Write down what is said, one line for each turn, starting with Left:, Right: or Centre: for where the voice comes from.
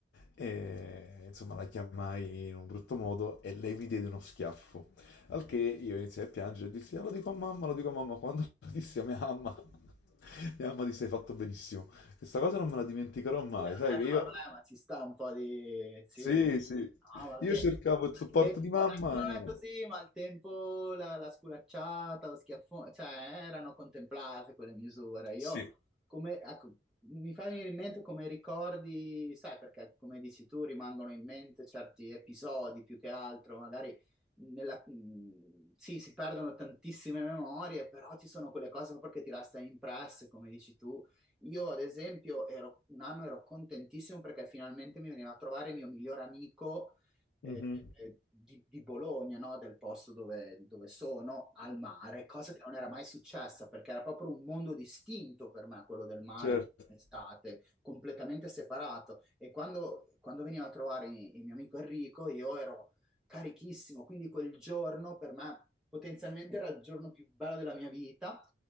Left: e insomma la chiamai in un brutto modo e lei mi diede uno schiaffo. Al che io iniziai a piangere e dissi, "Ah, lo dico a mamma, lo dico a mamma. Quando <laughs> lo dissi a mia mamma, <laughs> mia mamma disse, hai fatto benissimo. Questa cosa non me la dimenticherò mai,
Centre: Eh,
Left: sai che io...
Centre: vabbè, ma ci sta un po' di... Sì,
Left: Sì, sì.
Centre: no, ma
Left: Io
Centre: che...
Left: cercavo il
Centre: al
Left: supporto
Centre: tempo,
Left: di mamma.
Centre: Adesso
Left: e-
Centre: non è così, ma al tempo la, la sculacciata, lo schiaffone, cioè erano contemplate quelle misure. Io,
Left: Sì,
Centre: come, ecco, mi fa venire in mente come ricordi, sai, perché come dici tu rimangono in mente certi episodi più che altro, magari nella- mh, sì, si perdono tantissime memorie, però ci sono quelle cose proprio che ti restano impresse, come dici tu. Io, ad esempio, ero- un anno ero contentissimo perché finalmente mi veniva a trovare il mio migliore amico eh,
Left: Mhm.
Centre: eh, di, di Bologna, no? Del posto dove, dove sono, al mare, cosa che non era mai successa perché era proprio un mondo distinto per me, quello del mare.
Left: certo.
Centre: Estate, completamente separato e quando, quando veniva a trovare il il mio amico Enrico io ero carichissimo, quindi quel giorno per me potenzialmente era il giorno più bello della mia vita